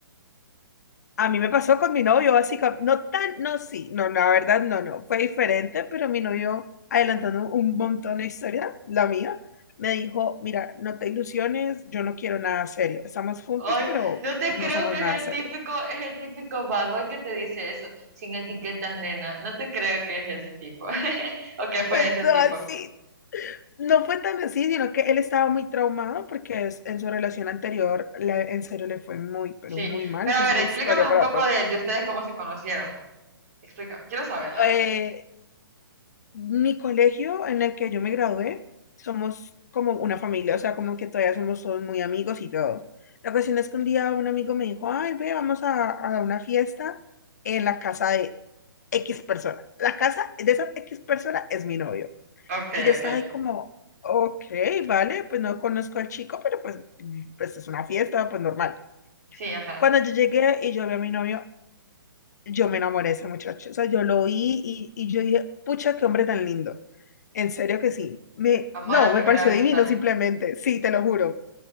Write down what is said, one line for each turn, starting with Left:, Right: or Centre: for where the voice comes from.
Left: A mí me pasó con mi novio, básicamente. No tan, no, sí, no, la verdad, no, no. Fue diferente, pero mi novio, adelantando un montón de historia, la mía, me dijo: Mira, no te ilusiones, yo no quiero nada serio. Estamos juntos,
Right: Ay,
Left: pero
Right: no te
Left: no
Right: creo
Left: somos
Right: que es
Left: nada
Right: el
Left: serio.
Right: típico,
Left: <laughs>
Right: es el típico bad boy que te dice eso, sin etiquetas, nena. No te creo que es ese tipo. <laughs> O que fue
Left: Pues
Right: ese
Left: no,
Right: tipo.
Left: así. No fue tan así, sino que él estaba muy traumado porque es- en su relación anterior, le- en serio, le fue muy, pero
Right: Sí.
Left: muy mal.
Right: Pero
Left: Esa
Right: a ver,
Left: es una
Right: explícame
Left: historia
Right: un
Left: para
Right: poco
Left: otro.
Right: de, de ustedes cómo se conocieron. Explícame. Quiero saber, la
Left: Eh,
Right: verdad.
Left: Mi colegio en el que yo me gradué, somos como una familia, o sea, como que todavía somos todos muy amigos y todo. La cuestión es que un día un amigo me dijo, ay, ve, vamos a, a una fiesta en la casa de X persona. La casa de esa X persona es mi novio.
Right: Ok,
Left: Y yo estaba
Right: ok.
Left: ahí como, ok, vale, pues no conozco al chico, pero pues, pues es una fiesta, pues normal.
Right: Sí, ajá.
Left: Cuando yo llegué y yo vi a mi novio, yo me enamoré de ese muchacho. O sea, yo lo vi y, y yo dije, pucha, qué hombre tan lindo. En serio que sí. Me,
Right: Amor
Left: no,
Right: a primera
Left: me pareció
Right: vista.
Left: divino simplemente. Sí, te lo juro.